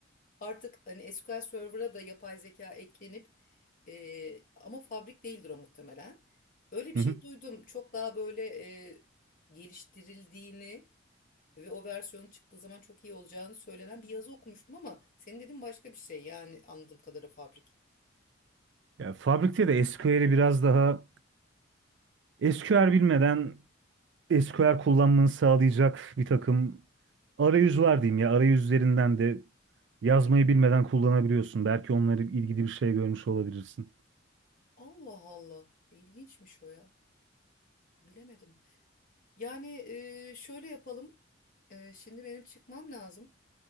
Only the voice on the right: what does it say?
Hı
hı.
Ya fabrikte de SQL'i biraz daha SQL bilmeden SQL kullanmanı sağlayacak bir takım arayüz var diyeyim ya. Arayüzlerinden de yazmayı bilmeden kullanabiliyorsun. Belki onları ilgili bir şey görmüş olabilirsin.